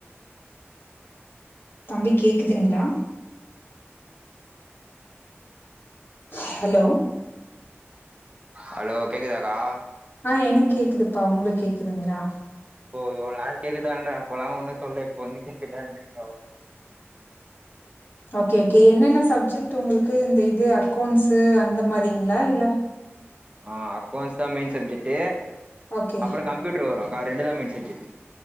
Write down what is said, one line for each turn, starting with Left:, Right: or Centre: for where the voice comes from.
Left: தம்பி கேக்குதுங்ளா ஹலோ
Right: ஹலோ கேக்குதாக்கா
Left: ஆ எனக்கு கேக்குதுப்பா உங்களுக்கு கேக்குதுங்களா
Right: ஓ இவ்ளோ நேர கேக்குாதான்றப்பல்லா ஒன்னு சொல்ல இப்ப வந்து கேக்குதான்றீங்க
Left: ஓகே கே என்னென்ன சப்ஜெக்ட் உங்களுக்கு இது இது அக்கௌண்ட்ஸு அந்த மாரிங்ளா இல்ல
Right: ஆ அக்கௌன்ஸ் தா மெயின் சப்ஜெக்ட்
Left: ஓகே
Right: அப்புற கம்ப்யூட்டர் வரு ரெண்டு தா மெயின் சப்ஜெட்